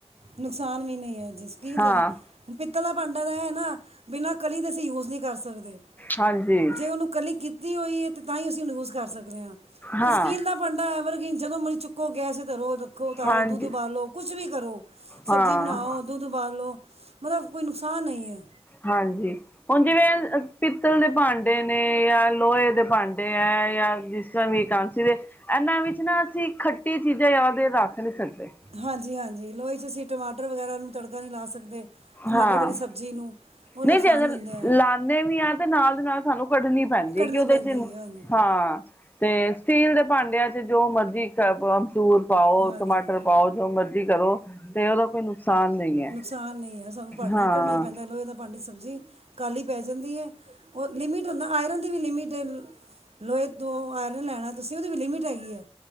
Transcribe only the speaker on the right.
ਨੁਕਸਾਨ ਵੀ ਨਹੀਂ ਹੈ ਜੀ ਦਾ
ਪਿੱਤਲਾ ਭਾਂਡਾ ਤਾਂ ਹੈ ਨਾ ਬਿਨਾਂ ਕਲੀ ਦੇ ਅਸੀਂ ਯੂਜ ਨਹੀਂ ਕਰ ਸਕਦੇ।
ਜੇ ਉਹਨੂੰ ਇਕੱਲੀ ਕੀਤੀ ਹੋਈ ਹੈ ਤੇ ਤਾਂ ਹੀ ਅਸੀਂ ਉਹਨੂੰ ਯੂਜ ਕਰ ਸਕਦੇ ਹਾਂ
ਤੇ ਸਟੀਲ ਦਾ ਪੰੰਡਾ ਹੈ ਮਰ ਕਿ ਜਦੋਂ ਮਰੀ ਚੁੱਕੋ ਗੈਸ ਧਰੋ ਰੱਖੋ ਉਤਾਰੋ
ਦੁੱਧ ਬਾਲੋ ਕੁਛ ਵੀ ਕਰੋ ਸਬਜ਼ੀ
ਬਣਾਓ, ਦੁੱਧ ਉਬਾਲੋ ਮਤਲਬ ਕੋਈ ਨੁਕਸਾਨ ਨਹੀਂ ਹੈ‌
ਹਾਂਜੀ ਹਾਂਜੀ ਲੋਈ 'ਚ ਅਸੀਂ ਟਮਾਟਰ ਵਗੈਰਾ ਨੂੰ ਤੜਕਾ ਨਹੀਂ ਲਾ ਸਕਦੇ ਟਮਾਟਰ
ਵਾਲੀ ਸਬਜ਼ੀ ਨੂੰ ਉਹ ਨੁਕਸਾਨ
ਦਿੰਦੇ ਆ
ਕੱਢਣੀ
ਪੈਂਦੀ
ਹੈ ਹਾਂਜੀ
ਹਾਂਜੀ
ਨੁਕਸਾਨ ਨਹੀਂ ਹੈ ਸਾਨੂੰ ਭਾਂਡੇ
ਹੀ ਕੱਢਨਾ ਹੀ ਪੈਂਦਾ ਲੋਹੇ ਦਾ ਭਾਂਡਡੀ ਸਬਜ਼ੀ ਕਾਹਲੀ ਪੈ ਜਾਂਦੀ ਹੈ ਉਹ ਲਿਮਿਟ ਹੁੰਦਾ ਆਇਰਨ ਦੀ ਵੀ ਲਿਮਿਟ ਹੈ ਲੋਹੇ ਤੋਂ ਆਇ ਲੈਣਾ ਤੁਸੀਂ ਉਹਦੀ ਵੀ ਲਿਮਿਟ ਹੈਗੀ ਹੈ